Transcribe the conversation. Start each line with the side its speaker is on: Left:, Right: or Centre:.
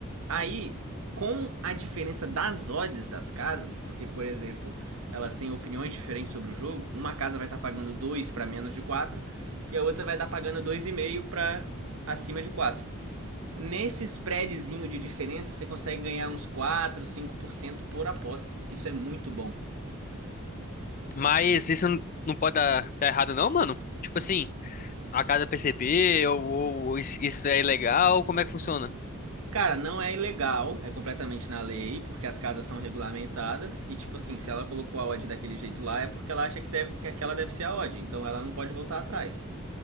Right: Aí, com a diferença das odds das casas, porque, por exemplo, elas têm opiniões diferentes sobre o jogo, uma casa vai estar tá pagando 2 para menos de 4, e a outra vai estar tá pagando 2,5 para acima de 4 nesse spreadzinho de diferença, você consegue ganhar uns 4, 5% por cento por aposta. Isso é muito bom.
Left: Mas isso n- não pode dar, dar errado não, mano? Tipo assim, a casa perceber ou, ou isso isso é ilegal, como é que funciona?
Right: Cara, não é ilegal, é completamente na lei, porque as casas são regulamentadas e tipo assim, se ela colocou a odd daquele jeito lá é porque ela acha que deve que aquela deve ser a odd, então ela não pode voltar atrás.